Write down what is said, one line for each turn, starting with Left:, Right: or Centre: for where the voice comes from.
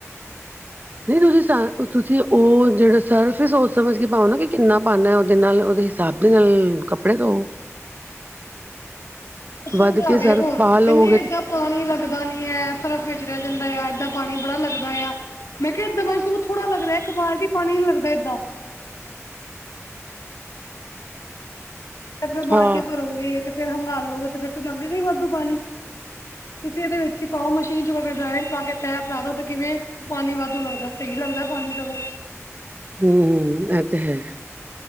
Right: ਫਿਰ ਤੁਸੀਂ ਸ ਤੁਸੀਂ ਉਹ ਜਿਹੜਾ ਸਰਫ ਸੋਚ ਸਮਝ ਕੇ ਪਾਓ ਨਾ, ਕਿ ਕਿੰਨਾ ਪਾਣਾ ਉਹਦੇ ਨਾਲ ਉਹਦੇ ਥਾਪੀ ਨਾਲ ਕੱਪੜੇ ਧੋਓ
Left: ਸਮਝਾਵੇ
Right: ਵੱਧ ਕੇ ਸਰਫ
Left: ਕੋਣ
Right: ਪਾ ਲਓਗੇ
Left: ਕਹਿੰਦੀ ਏਦਾਂ ਪਾਣੀ ਲੱਗਦਾ ਨੀ ਐ, ਸਰਫ ਵਿੱਚ ਰਹਿ ਜਾਂਦਾ ਇਆ, ਏਦਾਂ ਪਾਣੀ ਬੜਾ ਲੱਗਦਾ ਇਆ। ਮੈਂ ਕਿਹਾ ਏਦਾਂ ਪਾਣੀ ਸਗੋਂ ਥੋੜਾ ਲੱਗਦਾ ਇੱਕ ਬਾਲਟੀ ਪਾਣੀ ਨਹੀਂ ਲੱਗਦਾ ਏਦਾਂ। ਆਪਣਾ ਬਾਲਟੀਆਂ
Right: ਹਾਂ
Left: ਭਰੋਗੇ ਤੇ ਫੇਰ ਹੰਗਾਲੋਗੇ ਤੇ ਫਿਰ ਲਗੇਾ ਗਾ ਵਾਧੂ ਪਾਣੀ। ਤੁਸੀਂ ਇਹਦੇ ਵਿੱਚ ਹੀ ਪਾਓ ਮਸ਼ੀਨ ਚ ਪਾ ਕੇ ਡਰਾਇਰ ਨਾ ਕੇ ਪੈਪ ਲਾ ਦੋ ਤੇ ਕਿਵੇਂ ਪਾਣੀ ਵਾਧੂ ਲੱਗਦਾ ਸਹੀ ਲੱਗਦਾ ਪਾਣੀ ਸਗੋਂ।
Right: ਹੂੰ, ਹੂੰ ਐ ਤੇ ਹੈ।